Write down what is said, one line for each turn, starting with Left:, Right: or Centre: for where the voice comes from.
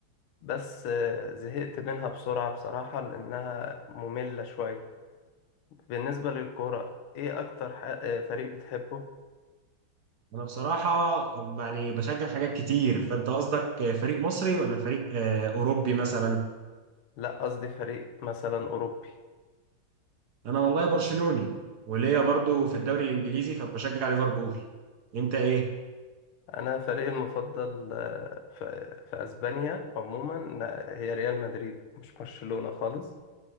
Left: بس آه، زهقت منها بسرعة بصراحة لانها مملة شوية بالنسبة للكورة ايه اكتر ح- آه، فريق بتحبه؟
Right: أنا بصراحة يعني بشجع حاجات كتير فأنت قصدك آه، فريق مصري ولا فريق آه أوروبي مثلا؟
Left: لا قصدي فريق مثلا اوروبي
Right: أنا والله برشلوني وليا برضو في الدوري الإنجليزي فبشجع ليفربول أنت إيه؟
Left: انا فريقي المفضل آه، في في اسبانيا عموما آه، هي ريال مدريد مش برشلونة خالص